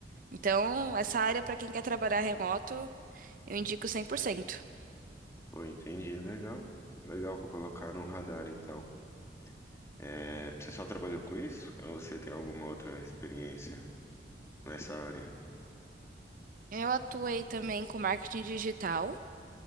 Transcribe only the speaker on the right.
Então, essa área para quem quer trabalhar remoto, eu indico cem por cento
Eu atuei também com marketing digital